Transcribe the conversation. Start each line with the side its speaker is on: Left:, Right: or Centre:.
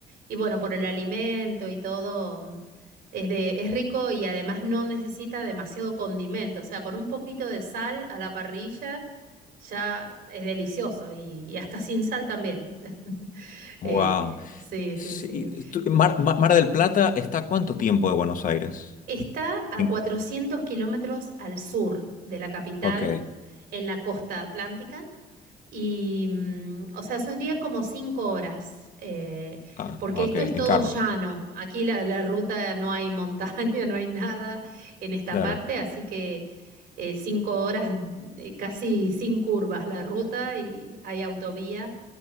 Right: y bueno, por el alimento y todo, mm, es de, es rico y además no necesita demasiado condimento, o sea, con un poquito de sal a la parrilla ya es delicioso y, y hasta sin sal también. <laughs>
Left: Wow.
Right: Eh, sí,
Left: Sí,
Right: sí, sí.
Left: tú- Mar, Ma- Mar del Plata está a cuánto tiempo de Buenos Aires?
Right: Está a
Left: En,
Right: 400 kilómetros al sur de la capital,
Left: ok,
Right: en la costa atlántica, y, mm, o sea, serían como cinco horas, eh,
Left: ah,
Right: porque
Left: ok,
Right: esto
Left: en
Right: es todo
Left: carro,
Right: llano. Aquí la, la ruta no hay montaña, <laughs> no hay nada en esta
Left: claro.
Right: parte, así que eh, cinco horas, eh, casi sin curvas la ruta y hay autovía